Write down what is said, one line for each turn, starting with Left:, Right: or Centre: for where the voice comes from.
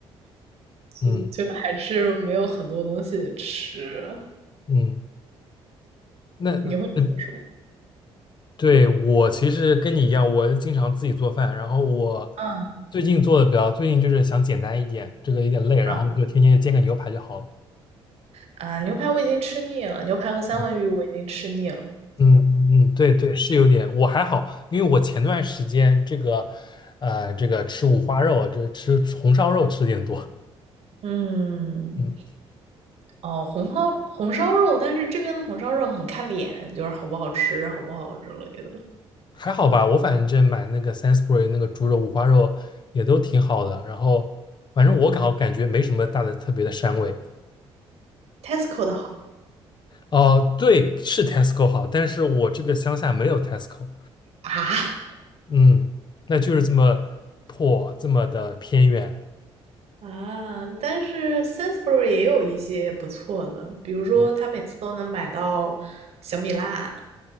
Left: 嗯，
Right: 就就还是没有很多东西吃。
Left: 嗯那那那
Right: 你会吃什么？
Left: 对我其实跟你一样，我经常自己做饭，然后我
Right: 嗯
Left: 最近做的比较，最近就是想简单一点，这个有点累，然后就天天就煎个牛排就好了。
Right: 嗯啊，牛排我已经吃腻了，牛排和三文鱼我已经吃腻了。
Left: 嗯嗯嗯，对对，是有点，我还好，因为我前段时间这个，呃，这个吃五花肉，这吃红烧肉吃的有点多，
Right: 嗯，
Left: 嗯，
Right: 哦，红烧红烧肉，但是这边的红烧肉很看脸，就是好不好吃，好不好之类的。
Left: 还好吧，我反正买那个 s a n s b u r y 那个猪肉五花肉也都挺好的，然后反正我感感觉没什么大的特别的膻味。
Right: Tesco 的好
Left: 哦、对，是 Tesco 好，但是我这个乡下没有 Tesco，
Right: 啊，
Left: 嗯，那就是这么破，这么的偏远，
Right: 啊，但是 s a n s b u r y 也有一些不错的，比如说他每次都能买到小米辣
Left: 嗯，